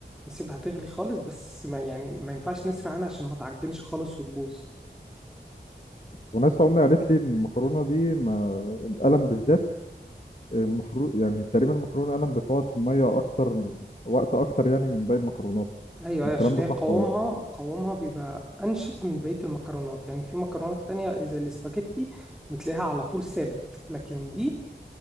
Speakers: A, in the centre; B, on the left.
A: نسيبها تغلي خالص بس ما يعني ما ينفعش نسرع عنها عشان ما تعجنش خالص وتبوظ
B: وناس أمي قالت لي إن المكرونة دي ما القلم بالذات آه، المفروض يعني تقريبا المكرونة قلم بتقعد في المية أكتر وقت أكتر يعني من باقي المكرونات
A: ايوه ايوه
B: الكلام
A: عشان
B: ده
A: هي
B: صح
A: قوامها
B: ولا لأ؟
A: قوامها بيبقى انشف من بقيه المكرونات يعني في مكرونات تانية زي الاسباجيتي بتلاقيها على طول ثابت لكن دي